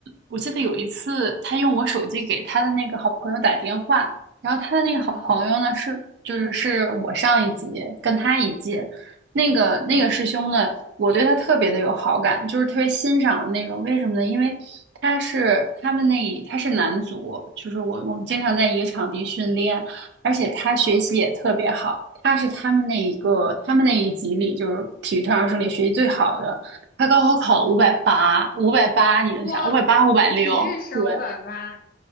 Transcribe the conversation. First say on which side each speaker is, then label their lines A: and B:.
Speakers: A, on the right; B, on the left.
A: 我记得有一次，他用我手机给他的那个好朋友打电话，然后他的那个好朋友呢是，
B: 哦，
A: 就是是我上一级跟他一届，那个那个师兄呢，
B: 嗯
A: 我对他特别的有好感，就是特别欣赏的那种。为什么呢？因为他是他们那一他是男足，就是我我们经常在一个场地训练，
B: 哦，男主，
A: 而且他学习也特别好。
B: 嗯
A: 他是他们那一个，
B: 哦。
A: 他们那一级里就是体育特长生里学习最好的。他高考考了五百八，
B: 哦，
A: 五百八，你能想五百八、
B: 哇，
A: 五百六？
B: 体育生五百八，
A: 对，